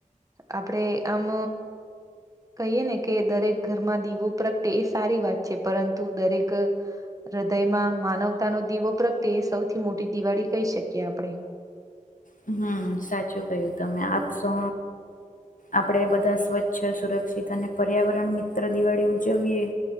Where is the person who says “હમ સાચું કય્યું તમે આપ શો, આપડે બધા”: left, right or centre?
Left